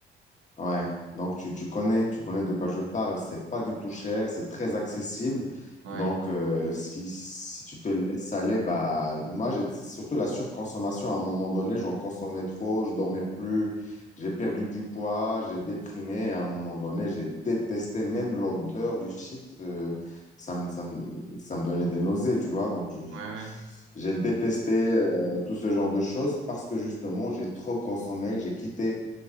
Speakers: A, on the left; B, on the right.
A: Ouais, donc tu, tu connais, tu connais de quoi je parle. C'est pas du tout cher, c'est très accessible.
B: Ouais,
A: Donc, euh, si, si tu te laisses aller, bah, moi, j'ai- c'est surtout la surconsommation. À un moment donné, j'en consommais trop, je dormais plus, j'ai perdu du poids, j'ai déprimé. À un moment donné, j'ai détesté même l'odeur du shit. euh, ça me, ça me, ça me donnait des nausées, tu vois. Donc, je-
B: ouais, ouais.
A: j'ai détesté euh, tout ce genre de choses parce que justement, j'ai trop consommé, j'ai quitté